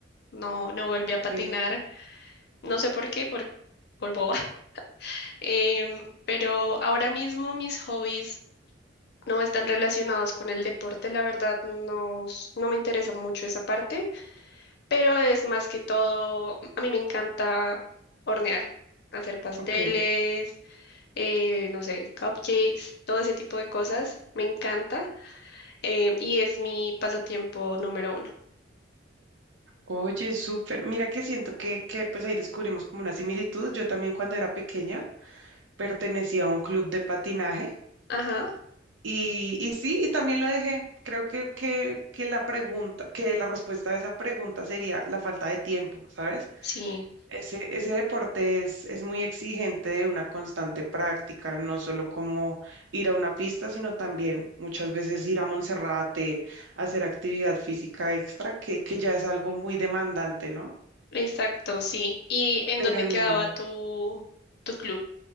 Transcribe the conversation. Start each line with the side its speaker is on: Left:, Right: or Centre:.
Left: no, no volví
Right: Ok,
Left: a patinar, no sé por qué, por, por boba. <laughs> Em, pero ahora mismo mis hobbies no están relacionados con el deporte, la verdad no, s- no me interesa mucho esa parte, pero es más que todo, a mí me encanta hornear, hacer pasteles,
Right: ok.
Left: eh, no sé, cupcakes, todo ese tipo de cosas, me encanta eh, y es mi pasatiempo número uno.
Right: Oye, súper. Mira que siento que, que pues ahí descubrimos como una similitud. Yo también cuando era pequeña pertenecía a un club de patinaje
Left: Ajá,
Right: y, y sí, y también lo dejé. Creo que, que, que la pregunta, que la respuesta a esa pregunta sería la falta de tiempo, ¿sabes?
Left: sí,
Right: Ese, ese deporte es, es muy exigente de una constante práctica, no solo como ir a una pista, sino también muchas veces ir a Monserrate, hacer actividad física extra, que, que ya es algo muy demandante, ¿no?
Left: exacto, sí. ¿Y en
Right: Pero
Left: dónde quedaba
Right: no.
Left: tu, tu club?